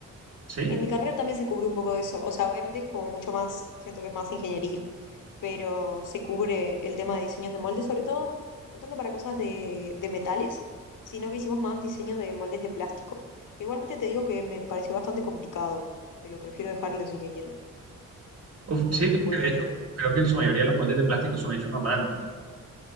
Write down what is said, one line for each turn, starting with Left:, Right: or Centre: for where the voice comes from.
Right: ¿sí?
Left: en mi carrera también se cubrió un poco de eso. O sea, obviamente es como mucho más, siento que es más ingeniería pero se cubre el tema de diseños de moldes, sobre todo, no tanto para cosas de, de metales, sino que hicimos más diseño de moldes de plástico, que igualmente te digo que me pareció bastante complicado, que lo prefiero dejar a los ingenieros,
Right: Uf,
Left: porque
Right: sí, creo
Left: fue...
Right: que de hecho, creo que en su mayoría los moldes de plástico son hechos a mano.